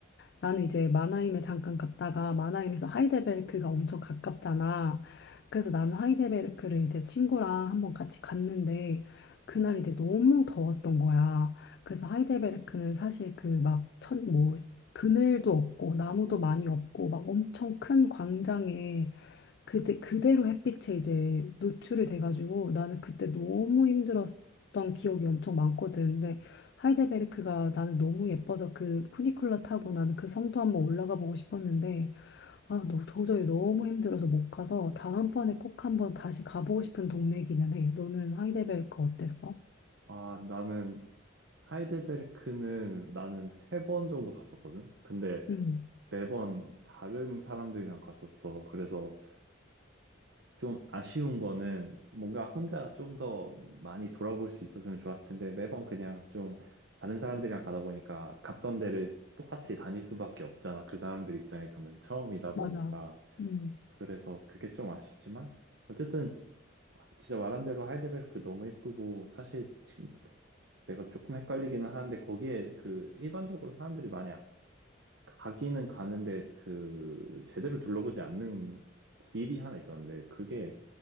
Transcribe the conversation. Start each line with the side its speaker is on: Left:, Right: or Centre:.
Left: 나는 이제 마나임에 잠깐 갔다가 마나임에서 하이델베르크가 엄청 가깝잖아. 그래서 나는 하이델베르크를 이제 친구랑 한번 같이 갔는데 그날 이제 너무 더웠던 거야. 그래서 하이델베르크는 사실 그 막 천 뭐 그늘도 없고 나무도 많이 없고 막 엄청 큰 광장에 그대, 그대로 햇빛에 이제 노출이 돼가지고 나는 그때 너무 힘들었던 기억이 엄청 많거든. 근데 하이델베르크가 나는 너무 예뻐서 그 푸니쿨러 타고 나는 그 성도 한번 올라가 보고 싶었는데 아, 너, 도저히 너무 힘들어서 못 가서 다음번에 꼭 한번 다시 가보고 싶은 동네기는 해. 너는 하이델베르크 어땠어?
Right: 아, 나는, 하이델베르크는 나는 세 번 정도 갔었거든? 근데
Left: 응,
Right: 매번 다른 사람들이랑 갔었어. 그래서 좀 아쉬운 거는 뭔가 혼자 좀 더 많이 돌아볼 수 있었으면 좋았을 텐데 매번 그냥 좀 다른 사람들이랑 가다 보니까 갔던 데를 똑같이 다닐 수밖에 없잖아. 그 사람들 입장에서는 처음이다 보니까.
Left: 맞아. 응,
Right: 그래서 그게 좀 아쉽지만 어쨌든 진짜 말한 대로 하이데베르크 너무 예쁘고 사실 지금 내가 조금 헷갈리기는 하는데 거기에 그 일반적으로 사람들이 많이 가기는 가는데 그 제대로 둘러보지 않는 길이 하나 있었는데 그게